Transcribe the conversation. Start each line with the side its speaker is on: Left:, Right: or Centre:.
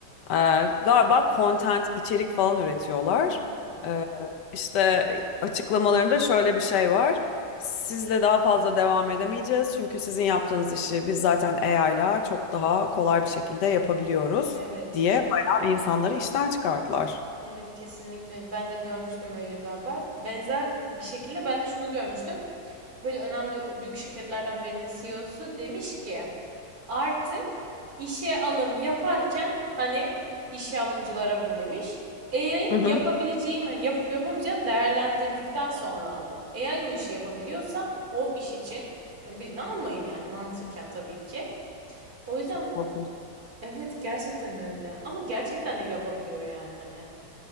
Left: E, Galiba content, içerik falan üretiyorlar.
Right: Hı hı.
Left: E, İşte açıklamalarında şöyle bir şey var. Sizle daha fazla devam edemeyeceğiz. Çünkü sizin yaptığınız işi biz zaten AI ile çok daha kolay bir şekilde yapabiliyoruz
Right: Evet.
Left: diye bayağı insanları işten çıkardılar.
Right: Evet kesinlikle ben de görmüştüm öyle bir haber. Benzer bir şekilde ben de şunu görmüştüm. Böyle önemli büyük şirketlerden birinin CEO'su demiş ki artık işe alım yaparken hani işe alımcılara bunu demiş. AI'ın
Left: Hı hı.
Right: yapabileceği mi yapıp yapamayacağını değerlendirdikten sonra alın. AI o işi yapabiliyorsa o iş için hani birini almayın yani mantıken tabii ki. O yüzden
Left: Çok korkunç.
Right: Evet gerçekten öyle. Ama gerçekten de yapabiliyor yani hani.